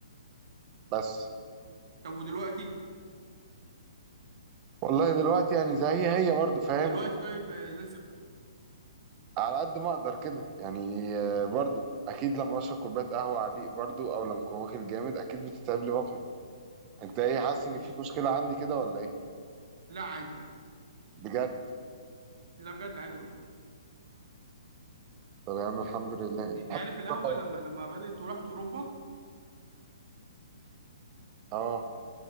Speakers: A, on the right (about 20°); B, on the right (about 60°).
A: بس
B: طب ودلوقتي
A: والله دلوقتي يعني زي هي هي برضو فاهم
B: دلوقتي طيب آه، لسه
A: على قد ما اقدر كده يعني آه، برضو اكيد لما اشرب كوبايه قهوه على الريق برضو او لما اكون واكل جامد اكيد بتتعب لي بطني انت ايه حاسس
B: ماشي
A: ان في مشكله عندي كده ولا ايه
B: لا عادي عادي
A: بجد
B: لا بجد عادي والله
A: طب يا عم الحمد لله انت بتحب
B: انت عارف
A: تشربها
B: القهوة لما
A: امتى
B: لما بدأت وراحت اوروبا
A: اه